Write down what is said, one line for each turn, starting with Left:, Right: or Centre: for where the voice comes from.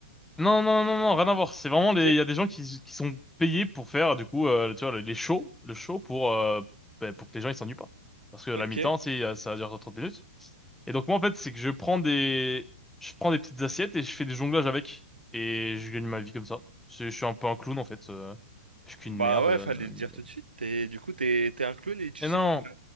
Centre: Non, non, non, non, rien à voir. C'est vraiment
Right: Ok,
Centre: les, il y a des gens qui, qui sont payés pour faire, du coup, euh, tu vois, les shows, le show pour, euh, ben, pour que les gens ils s'ennuient pas. Parce que la
Right: ok.
Centre: mi-temps, c'est, euh, ça dure 30 minutes. Et donc, moi, en fait, c'est que je prends des, je prends des petites assiettes et je fais des jonglages avec. Et je gagne ma vie comme ça. Je, je suis un peu un clown, en fait. euh, je suis qu'une
Right: Bah
Centre: merde.
Right: ouais,
Centre: euh,
Right: fallait le
Centre: mais-
Right: dire tout de suite. Et du coup, t'es t'es un clown et tu
Centre: Et
Right: sais
Centre: non!
Right: faire.